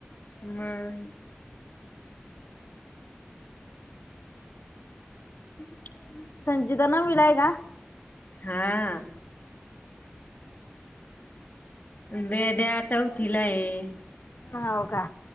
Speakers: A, on the left; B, on the left.
A: मग हम्
B: संजिता नवीला आहे का
A: हा वेद्या चौथीला आहे
B: हो का?